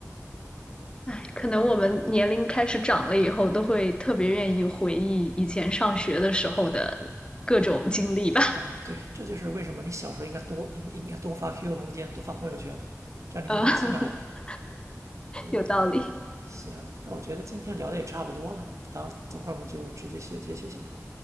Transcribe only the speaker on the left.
哎，可能我们年龄开始长了以后，都会特别愿意回忆以前上学的时候的各种经历吧。
呃，<laughs>
有道理。